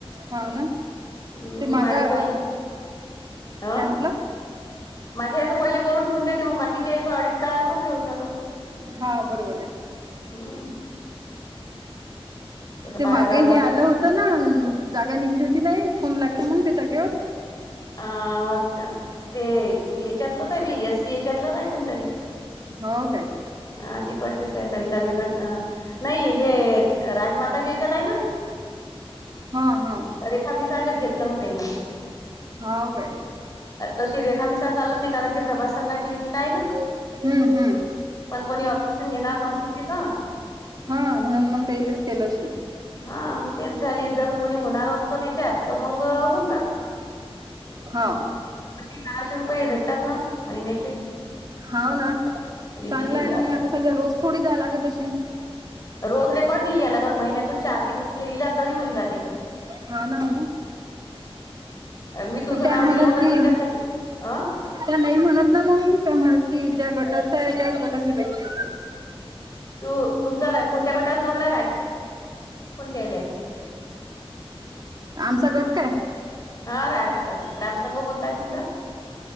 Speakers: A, on the right; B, on the left.
A: हो ना
B: हम्
A: ते
B: मी
A: माग
B: माझं
A: अ
B: पहि हं.
A: काय म्हटलं
B: माझ्या याचं पहिले करून ठेव देते मग बाकीच्या याच ऑडि कराला मोकळे होऊ जातो.
A: हा बरोबर आहे.
B: हम्म तसं
A: ते
B: बाहेर
A: मागे
B: गावला
A: हे
B: जातस
A: आलं होत. तर ना जागा निघली होती नाही फोन लागली म्हग ते जागेवर.
B: अ ते याच्यातलंच आहे बी एस सी याच्यातलंच आहे कोणतरी.
A: हो काय.
B: हा तिकडचीच नाही सविता विरघटना. नाही हे राजमाता याच्यात आहे ना.
A: हा हा.
B: रेखा मिसाळलेच घेतलं मंग तईन.
A: हाव काय
B: तशी रेखा मिसार चालत नाही कारण ती प्रभास संघाची लिपी काय ना.
A: हम्म हम्म.
B: पण कोणी ऑप्शन घेणार नोकरी तिथं.
A: हा म्हणून मग ते इलच केलंशी.
B: हा मग तेच झाली जर कोणी होणार असतं त्याच्यात तर मग होऊन जात.
A: हो.
B: कशी बाराशे रुपये भेटतात ना महिन्याचे.
A: हो ना चांगला
B: लिपी केल्या
A: आहे ना मग आता समजा रोज थोडी जाला ग तशी.
B: रोज रेकॉर्ड निहा लगत महिन्यातून चार दिवस लिहिला तरी होऊन जाते.
A: हा ना हो ना.
B: मी तुझं
A: पण त्या
B: नाव
A: म्हणत
B: दिलं होतं
A: की
B: त्याच्यासाठी अ.
A: त्या नाही म्हणत ना मग का म्हणत कि ज्या गटाच आहे त्याच गटातले बैसायचे.
B: तू तुमचा कोणत्या गटाला जोडलाय कोणत्यालाय.
A: आमचा गट काय.
B: हा रा ग्रामसंघ कोणता आहे तुमचा.